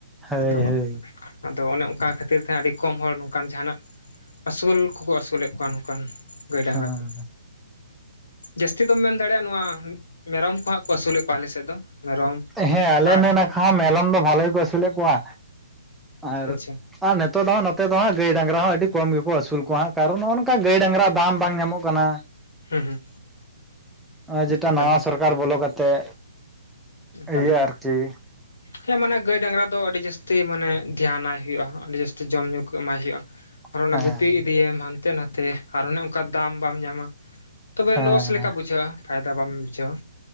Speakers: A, in the centre; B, on the left.
A: ᱦᱳᱭ
B: ᱛᱚ
A: ᱦᱳᱭ᱾
B: ᱟᱫᱚ ᱚᱱᱮ ᱚᱱᱠᱟ ᱠᱷᱟᱹᱛᱤᱨ ᱛᱮ ᱟᱹᱰᱤ ᱠᱚᱢ ᱦᱚᱲ ᱱᱚᱝᱠᱟᱱ ᱡᱟᱦᱟᱱᱟᱜ ᱟᱹᱥᱩᱞ ᱠᱚᱠᱚ ᱟᱹᱥᱩᱞᱮᱫ ᱠᱚᱣᱟ ᱱᱚᱝᱠᱟᱱ ᱜᱟᱹᱭ ᱰᱟᱝᱨᱟ
A: ᱦᱮᱸᱻ
B: ᱠᱚ ᱡᱟᱹᱥᱛᱤ ᱫᱚᱢ ᱢᱮᱱ ᱫᱟᱲᱮᱭᱟᱜᱼᱟ, ᱱᱚᱣᱟ ᱢᱮᱨᱚᱢ ᱠᱚᱦᱟᱸᱜ ᱠᱚ ᱟᱹᱥᱩᱞᱮᱫ ᱠᱚᱣᱟ ᱟᱞᱮᱥᱮᱫ ᱫᱚ᱾ ᱢᱮᱨᱚᱢ
A: ᱦᱮᱸ ᱟᱞᱮ
B: ᱟᱨ
A: ᱱᱮ ᱱᱟᱠᱷᱟ ᱢᱮᱞᱚᱢ ᱫᱚ ᱵᱷᱟᱞᱮ ᱜᱮ ᱠᱚ ᱟᱹᱥᱩᱞᱮᱫ ᱠᱚᱣᱟ ᱟᱨ᱾
B: ᱟᱪᱪᱷᱟ
A: ᱟᱨ ᱱᱤᱛᱚᱜ ᱫᱚ ᱦᱟᱸᱜ ᱱᱚᱛᱮ ᱫᱚ ᱦᱟᱸᱜ ᱜᱟᱹᱭ ᱰᱟᱝᱨᱟ ᱦᱚᱸ ᱟᱹᱰᱤ ᱠᱚᱢ ᱜᱮᱠᱚ ᱟᱹᱥᱩᱞ ᱠᱚᱣᱟᱟᱸᱜ ᱠᱚᱱ ᱱᱚᱜᱼᱚ ᱱᱚᱝᱠᱟ ᱜᱟᱹᱭ ᱰᱟᱝᱨᱟ ᱫᱟᱢ ᱵᱟᱝ ᱧᱟᱢᱚᱜ ᱠᱟᱱᱟ
B: ᱦᱩᱸ ᱦᱩᱸ᱾
A: ᱟ ᱡᱮᱴᱟ
B: ᱮᱠᱟᱞ
A: ᱱᱟᱣᱟ ᱥᱚᱨᱠᱟᱨ ᱵᱚᱞᱚ ᱠᱟᱛᱮᱜ
B: ᱮᱠᱟᱞ-ᱮᱠᱟᱞ
A: ᱤᱭᱟᱹ ᱟᱨᱠᱤ
B: ᱦᱮᱸ ᱢᱟᱱᱮ ᱜᱟᱹᱭ ᱰᱟᱝᱨᱟ ᱫᱚ ᱟᱹᱰᱤ ᱡᱟᱹᱥ ᱭᱤ ᱢᱟᱱᱮ ᱫᱷᱮᱭᱟᱱᱟᱭ ᱦᱩᱭᱩᱜᱼᱟ, ᱟᱹᱰᱤ ᱡᱟᱹᱥᱛᱤ ᱡᱚᱢ ᱧᱩ ᱠᱚ ᱮᱢᱟᱭ ᱦᱩᱭᱩᱜᱼᱟ, ᱟᱨ
A: ᱦᱮᱸ
B: ᱚᱱᱟ ᱜᱩᱯᱤ ᱯᱤᱭᱮᱢ ᱦᱟᱱᱛᱮ ᱱᱟᱛᱮ ᱟᱨ ᱚᱱᱮ ᱚᱝᱠᱟ ᱫᱟᱢ ᱵᱟᱢ ᱧᱟᱢᱟ᱾ ᱛᱚᱵᱮ
A: ᱦᱮᱸ
B: ᱞᱚᱥ ᱞᱮᱠᱟ ᱵᱩᱡᱷᱟᱹᱜᱼᱟ ᱯᱷᱟᱭᱫᱟ ᱵᱟᱢ ᱵᱩᱡᱷᱟᱹᱣᱟ᱾